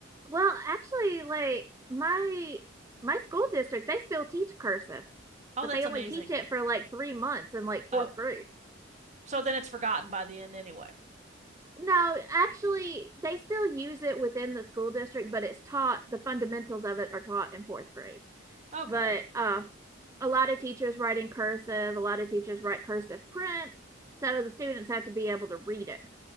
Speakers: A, on the right; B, on the right.
A: Well, actually, like my my school district, they still teach cursive
B: Oh,
A: but
B: that's
A: they only
B: amazing.
A: teach it for like three months in like fourth
B: Oh,
A: grade.
B: so then it's forgotten by the end anyway.
A: No, actually, they still use it within the school district, but it's taught, the fundamentals of it are taught in fourth grade.
B: Okay.
A: But uh, a lot of teachers write in cursive, a lot of teachers write cursive print. So the students have to be able to read it.